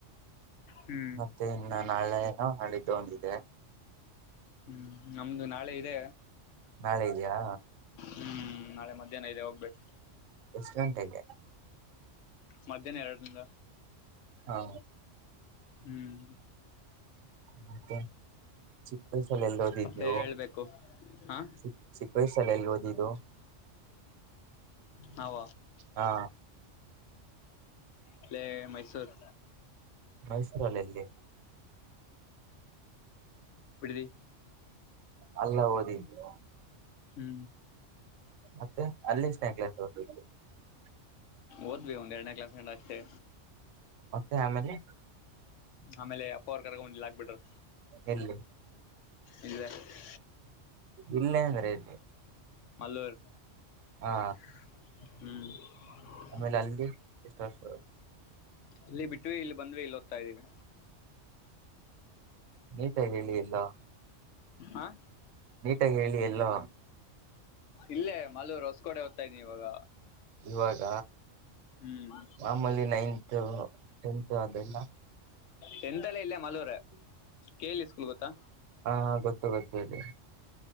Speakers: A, on the left; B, on the right.
A: ಹ್ಮ್
B: ಮತ್ತೆ ಇನ್ನು ನಾಳೆನೋ ನಾಳಿದ್ದು ಒಂದಿದೆ
A: ಹ್ಮ್ ನಮ್ದು ನಾಳೆ ಇದೆ
B: ನಾಳೆ ಇದೆಯಾ
A: ಹ್ಮ್ ನಾಳೆ ಮಧ್ಯಾಹ್ನ ಇದೆ ಹೋಗ್ಬೇಕು
B: ಎಷ್ಟು ಗಂಟೆಗೆ
A: ಮಧ್ಯಾಹ್ನ ಎರಡರಿಂದ
B: ಹಾ
A: ಹ್ಮ್
B: ಮತ್ತೆ ಚಿಕ್ಕ ವಯಸ್ಸಲ್ಲಿ ಎಲ್ಲಿ ಓದಿದ್
A: ಮತ್ತೆ
B: ನೀವು
A: ಹೇಳ್ಬೇಕು ಹಾ
B: ಚ ಚಿಕ್ಕ ವಯಸ್ಸಲ್ಲಿ ಎಲ್ಲಿ ಓದಿದ್ದು
A: ನಾವ
B: ಹಾ
A: ಪಲೆ ಮೈಸೂರ್
B: ಮೈಸೂರಲ್ಲಿ ಎಲ್ಲಿ
A: ಬಿಡದಿ
B: ಅಲ್ಲ ಓದಿಲ್ಲ
A: ಹ್ಮ್
B: ಮತ್ತೆ ಅಲ್ಲಿ ಎಷ್ಟ <unintelligible>
A: ಓದ್ವಿ ಒಂದ್ ಎರಡನೇ ಕ್ಲಾಸ್ಂಡ ಅಷ್ಟೇ
B: ಮತ್ತೆ ಆಮೇಲೆ
A: ಆಮೇಲೆ ಅಪ್ಪವರ್ ಕರ್ಕೊಂಡು ಬಂದು
B: ಎಲ್ಲಿ
A: ಇಲ್ಲಿ ಆಕ್ಬಿಟ್ರು
B: ಇಲ್ಲೇ ಅಂದ್ರೆ ಎಲ್ಲಿ
A: ಮಾಲೂರ್
B: ಹಾ
A: ಹ್ಮ್
B: ಆಮೇಲೆ ಅಲ್ಲಿ ಎಷ್ಟ ವರ್ಷ
A: ಇಲ್ಲಿ ಬಿಟ್ಟವಿ ಇಲ್ಲಿ ಬಂದ್ವಿ ಇಲ್ಲಿ ಓದ್ತಾ ಇದ್ದೀವಿ
B: ನೀಟಾಗಿ ಹೇಳಿ ಎಲ್ಲೋ
A: ಹ
B: ನೀಟಾಗಿ ಹೇಳಿ ಎಲ್ಲೋ
A: ಇಲ್ಲೇ ಮಾಲೂರು ಹೊಸಕೋಟೆ ಹೋಗ್ತಾ ಇದೀನಿ ಇವಾಗ
B: ಇವಾಗ
A: ಮ್ಮ್
B: ಮಾಮೂಲಿ ನೈನ್ತ್ ಟೆಂತ್ ಅದೆಲ್ಲ
A: ಟೆಂಟ್ ಎಲ್ಲ ಇಲ್ಲೇ ಮಲೂರು
B: ಹ
A: ಕೇಳಿ ಸ್ಕೂಲ್ ಗೊತ್ತಾ
B: ಹಾ ಗೊತ್ತು ಗೊತ್ತು ಹೇಳಿ